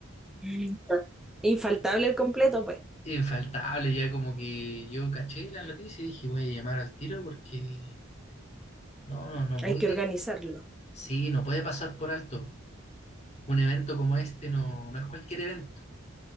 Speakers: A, in the centre; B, on the left.
A: Mm. Infaltable el completo, pues,
B: infaltable, ya como que yo caché la noticia y dije, voy a llamar al tiro porque no, no, no puede,
A: hay que organizarlo.
B: sí, no puede pasar por alto. Un evento como este no, no es cualquier evento,